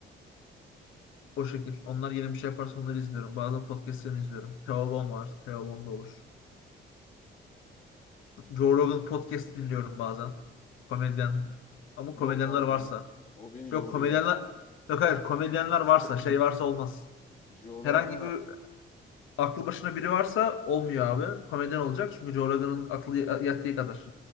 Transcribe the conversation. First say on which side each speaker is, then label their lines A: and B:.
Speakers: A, on the left; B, on the left.
A: O şekil. Onlar yeni bir şey yaparsa onları izliyorum. Bazen podcastlerini izliyorum. Theo Von var. Theo Von da olur. Joe Rogan podcast dinliyorum bazen. Komedyen. Ama
B: Yok
A: komedyenler
B: abi
A: varsa.
B: o, o beni yoruyor
A: Yok komedyenler
B: ya.
A: yok hayır komedyenler varsa şey varsa olmaz.
B: Joe Rogan
A: Herhangi bir aklı başına biri varsa olmuyor abi. Komedyen olacak çünkü Joe Rogan'ın aklı yattığı kadar.